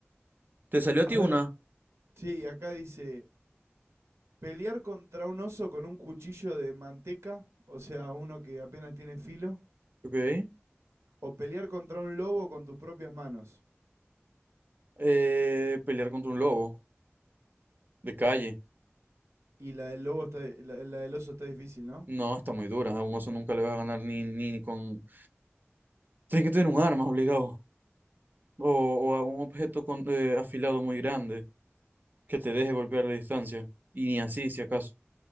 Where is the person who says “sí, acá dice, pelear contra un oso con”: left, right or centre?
Right